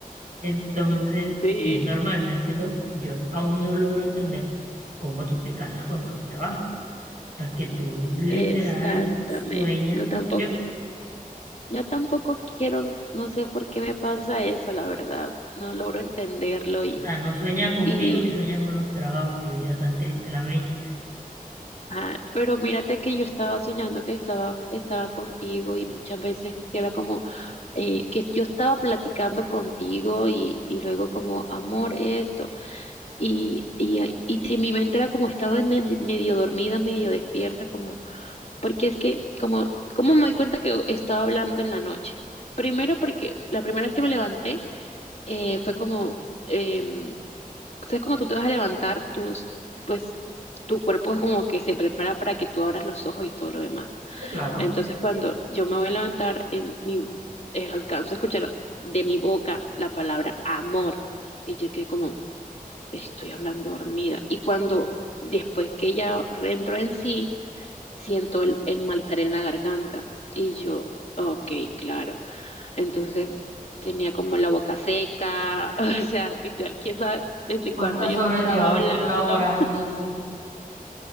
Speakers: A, on the right; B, on the left.
A: Entonces,
B: Sí,
A: es normal, no entiendo, yo aún no logro entender cómo tú te casas con tus trabajos. O sea, que tú literal
B: exactamente.
A: sueñas
B: No
A: con,
B: tampoco,
A: yo, o
B: yo tampoco quiero, no sé por qué me pasa eso, la verdad. No logro entenderlo y,
A: sea, no sueña conmigo
B: y,
A: y sueña con los trabajos, qué vida tan triste la mía.
B: ah, pero mírate que yo estaba soñando que estaba, estaba contigo y muchas veces que era como eh, que yo estaba platicando contigo y, y luego como amor esto y, y, y, que mi mente era como estaba en- medio dormida, medio despierta, como porque es que como, como me doy cuenta que estaba hablando en la noche? Primero porque la primera vez que me levanté eh, fue como, em, ¿sabes cuando tú te vas a levantar? Tus, pues tu cuerpo es como que se prepara para que tú abras los ojos y todo lo demás.
A: Sí, claro.
B: Entonces cuando yo me voy a levantar, en mi, eh, alcanzo a escuchar de mi boca la palabra amor y yo quedé como, estoy hablando dormida. Y cuando después que ella entró en sí, siento el, el malestar en la garganta. Y yo, ok, claro. Entonces tenía como la boca seca, <laughs> o sea, literal, quién sabe desde
A: ¿Cuántas
B: cuándo yo
A: horas
B: estaba
A: llevabas
B: hablando,
A: tú laborando tú